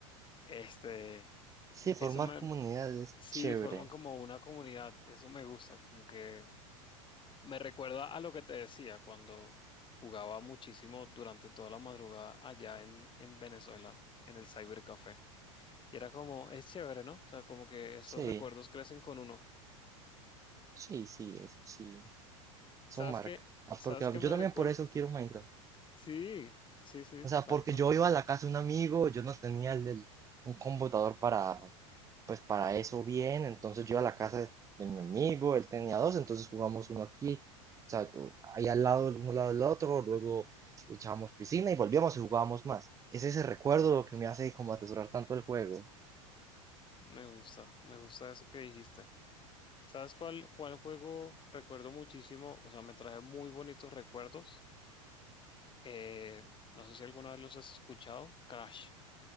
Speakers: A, on the left (about 30°); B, on the right (about 20°).
A: este...
B: Sí,
A: Eso
B: formar
A: me,
B: comunidades es
A: Sí,
B: chévere.
A: forman como una comunidad, eso me gusta, como que me recuerda a lo que te decía cuando jugaba muchísimo durante toda la madrugada allá en, en Venezuela, en el cybercafé. Y era como, es chévere, ¿no? O sea, como que esos
B: Sí,
A: recuerdos crecen con uno.
B: sí, sí, eso sí.
A: ¿Sabes
B: Eso marca.
A: qué?
B: Ah,
A: ¿Sabes
B: porque
A: qué me
B: yo también
A: recuerda?
B: por eso quiero Minecraft.
A: Sí, sí, sí,
B: O sea,
A: tal
B: porque
A: cual.
B: yo iba a la casa de un amigo, yo no tenía el- el- un computador para, pues para eso bien, entonces yo iba a la casa de, de mi amigo, él tenía dos, entonces jugamos uno aquí, o sea, u- ahí al lado, uno al lado del otro, luego echábamos piscina y volvíamos y jugábamos más. Es ese recuerdo lo que me hace como atesorar tanto el juego.
A: Me gusta, me gusta eso que dijiste. ¿Sabes cuál, cuál juego recuerdo muchísimo? O sea, me trae muy bonitos recuerdos Eh, no sé si alguna vez los has escuchado. Crash.